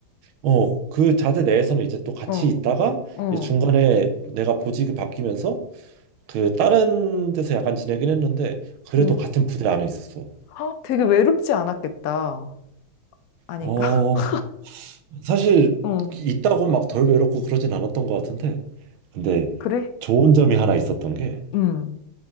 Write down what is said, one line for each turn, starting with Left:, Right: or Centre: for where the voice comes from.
Right: 어, 그 자대 내에서는 이제 또 같이
Left: 어,
Right: 있다가
Left: 어,
Right: 이제 중간에 내가 보직이 바뀌면서 그 다른 데서 약간 지내긴 했는데 그래도
Left: 응.
Right: 같은 부대 안에 있었어.
Left: 아, 되게 외롭지 않았겠다. 아닌가?
Right: 어
Left: <laughs>
Right: 사실
Left: 어,
Right: 있다고 막 덜 외롭고 그러진 않았던 것 같은데 근데
Left: 그래?
Right: 좋은 점이 하나 있었던 게
Left: 음,